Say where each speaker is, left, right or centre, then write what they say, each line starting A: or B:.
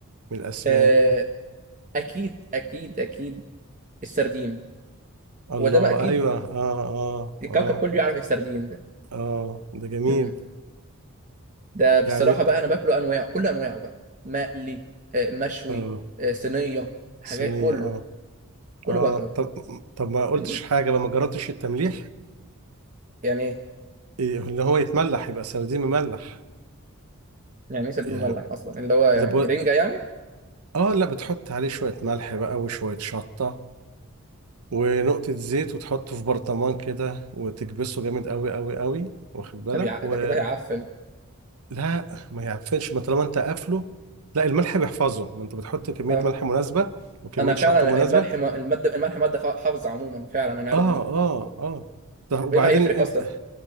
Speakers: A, on the right (about 85°); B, on the right (about 35°).
A: من الاسماك
B: آه، اكيد اكيد اكيد السردين
A: الله
B: وده ما اكيد
A: ايوه اه اه
B: الكوكب
A: اه
B: كله يعرف السردين ده
A: اه ده جميل
B: امم ده بصراحة
A: يعني
B: بقى انا باكله انواع كل انواعه بقى مقلي آه، مشوي
A: اه
B: آه، صينية حاجات
A: صينية
B: كله
A: اه
B: كله
A: اه
B: باكله
A: طب طب ما قلتش
B: مم،
A: حاجة لما جربتش التمليح
B: يعني ايه
A: إيه، ان هو يتملح يبقى سردين مملح
B: يعني ايه سردين
A: يعني
B: مملح اصلا اللي هو يعني
A: ده بو...
B: رنجة يعني
A: اه لا بتحط عليه شوية ملح بقى وشوية شطة ونقطة زيت وتحطه في برطمان كده وتكبسه جامد قوي قوي قوي واخد بالك
B: ده بيع... ده
A: و...
B: كده هيعفن
A: لا ما يعفنش ما طالما انت قافله لا الملح بيحفظه ما انت بتحط كمية
B: اه
A: ملح مناسبة وكمية
B: انا فعلا
A: شطة مناسبة
B: الملح ما... المادة الملح مادة فا- حافظة عموما فعلا انا عارف
A: اه
B: دي
A: اه اه طب
B: طب
A: وبعدين
B: ايه اللي هيفرق
A: انت
B: اصلا